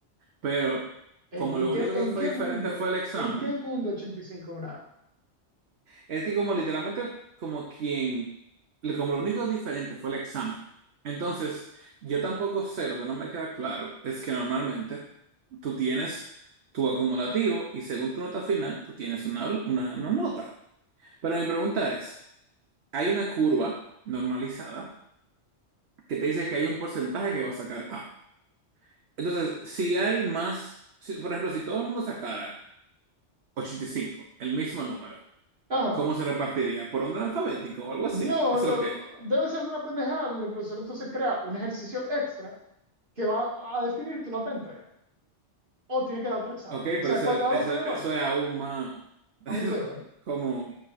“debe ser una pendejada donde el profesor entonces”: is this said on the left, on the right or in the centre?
Right